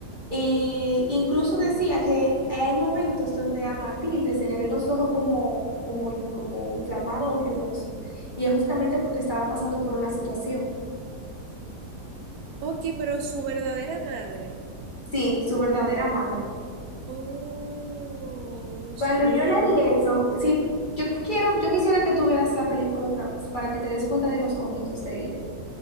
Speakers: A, on the left; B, on the right.
A: e incluso decía que hay momentos donde a Matilde se le ven los ojos como, como, como inflamado o lloroso, y es justamente porque estaba pasando por una situación.
B: Ok, pero su verdadera madre.
A: Sí, su verdadera madre.
B: Oh, no
A: Cuando
B: sabía,
A: yo leí
B: ¿no?
A: eso, sí, yo quiero, yo quisiera que tuvieras la película otra vez para que te des cuenta de los ojitos de ella,